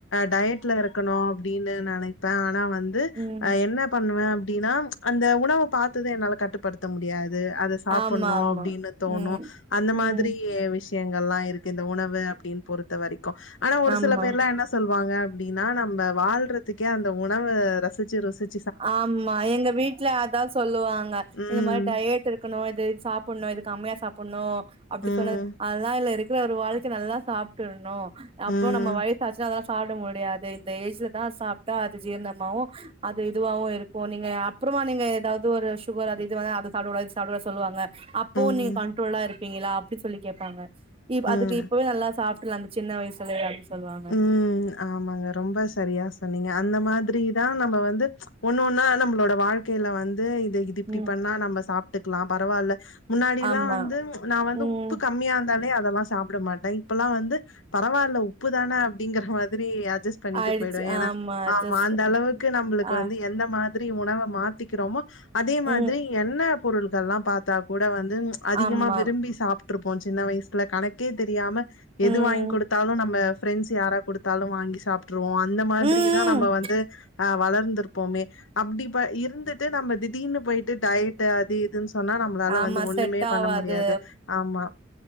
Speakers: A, on the left; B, on the right.
A: டயட் வீட்ல இருக்கணு அப்டின்னு நினைப்பே ஆனா வந்து
B: ம்
A: அ என்ன பண்ணுவே அப்டின்னா ச் அந்த உணவ பார்த்து என்னால கட்டுப்படுத்த முடியாது அத சாப்பிடணு
B: ஆமா ஆமா
A: அப்டின்னு தோணு
B: ம்
A: அந்த
B: ம்
A: மாதிரி விஷயங்கள்ல்லா இருக்கு இந்த உணவு அப்டின்னு பொறுத்த வரைக்கு ஆனா ஒரு
B: ஆமா
A: சில பேர்லா என்ன சொல்லுவாங்க அப்டின்னா நம்ம வாழ்றதுக்கே அந்த உணவ ரசிச்சு ருசிச்
B: ஆமா எங்க வீட்ல அதா சொல்லுவாங்க
A: ம்
B: இந்த மாதிரி டயட் இருக் ம் இது சாப்பிடணு இதுக்கு கம்மியா சாப்பிடணு அப்டி
A: ம்
B: சொன்ன அதுதெல்லா இல்ல இருக் இரு ஒரு வாழ்க்க நல்லா சாப்ட்டீர்னு
A: ம்
B: அப்றோ நம்ம வயசாச்சுனா அதலா சாப்பிட முடியாது இந்த ஏஜ்ல தா சாப்ட்டா அது ஜீர்ணமாவு இதுவாவும் இருக்கும் நீங்க அப்புறமா நீங்க ஏதாவ்து ஒரு சுகர் அது இதுவ வந்து அத சாப்ட கூடாது சாப்ட சொல்லுவாங்க அப்போ
A: ம்
B: நீங்க கண்ட்ரோல்லா இருப்பீங்களா அப்டி சொல்லி கேப்பாங்க அதுக்கு
A: ம்
B: இப்பவே நல்லா சாப் இல்ல அந்த சின்ன வயசுல எ அப்டி சொல்லுவாங்க
A: ம் ஆமாங்க ரொம்ப சரியா சொன்னீங்க அந்த மாதிரி தா நம்ம வந்து ச் ஒண்ணு ஒன்னா நம்மளோட வாழ்க்கையில வந்து இது இ இது இப்டி
B: ம்
A: பண்ணா நம்ம சாப்ட்டுக்கலாம் பரவால்ல முன்னாடியெல்லாம்
B: ஆமா
A: வந்து நா வந்து
B: ம்
A: உப்பு கம்மியா இருந்தாலே அதெல்லாம் சாப்ட மாட்டே இப்பெல்லா வந்து பரவால்ல உப்பு தான அப்டிங்கற மாதிரி அஜெஸ் பண்ணிட்டு
B: ஆயிடுச்சு
A: போயிடுவோ ஏன்னா ஆமா
B: ஜஸ்ட்
A: அந்த அளவுக்கு நம்மளுக்கு
B: ஆ
A: வந்து எந்த மாரி மாதிரி உணவ மாத்திக்கிறோமோ அதே
B: ம்
A: மாதிரி எண்ணெ பொருள்கள்லா பாத்தா கூட வந்து ச் அதிகமா
B: ஆமா
A: விரும்பி சாப் விட்டுருப்போ சின்ன வயசுல கணக்கே தெரியாம எது
B: ம்
A: வாங்கி கொடுத்தாலு நம்ம ப்ரெண்ட்ஸ் யாரா கொடுத்தாலு வாங்கி சாப்பிட்டுருவோ அந்த மாதிரிதா
B: ம்
A: நம்ம
B: ம்
A: வந்து ஆ வளர்ந்திருப்போமே அப்டி இருந்துட்டு நம்ம திடீர்னு போயிட்டு டயட் அது இதுன்னு சொ சொன்னா நம்மளால
B: ஆமா
A: வந்து ஒண்ணுமே
B: செட்
A: பண்ண
B: ஆவாது
A: முடியாது ஆமா